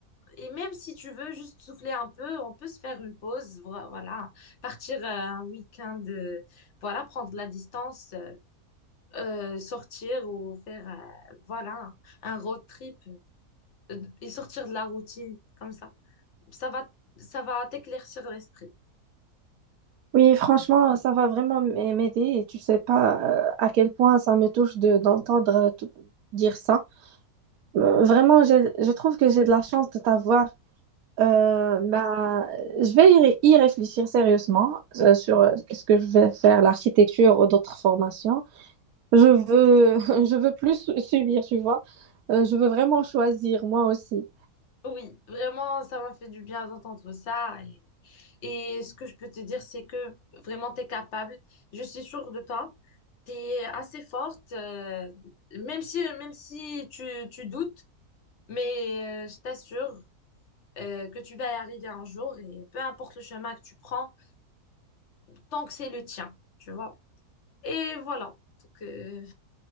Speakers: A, on the left (about 50°); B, on the right (about 70°).
A: et même si tu veux juste souffler un peu, on peut se faire une pause, vo- voilà, partir euh, un week-end, euh, voilà, prendre de la distance. euh, euh, sortir ou faire euh, voilà un, un road trip euh, et sortir de la routine comme ça. Ça va ça va t'éclaircir l'esprit.
B: Oui, franchement, ça va vraiment m- m'aider et tu sais pas euh, à quel point ça me touche de d'entendre euh, tout- dire ça. Euh, Vraiment, j'ai- je trouve que j'ai de la chance de t'avoir. Euh, bah, je vais y, ré- y réfléchir sérieusement euh, sur euh, ce que je vais faire, l'architecture ou d'autres formations. Je veux, <laughs> je veux plus su- subir, tu vois. Euh, je veux vraiment choisir, moi aussi.
A: Oui, vraiment, ça m'a fait du bien d'entendre ça. Et, et ce que je peux te dire, c'est que vraiment, t'es capable. Je suis sûre de toi. T'es assez forte, euh, même si, même si tu, tu doutes, mais euh, je t'assure euh, que tu vas y arriver un jour et peu importe le chemin que tu prends, tant que c'est le tien, tu vois. Et voilà. Donc, euh,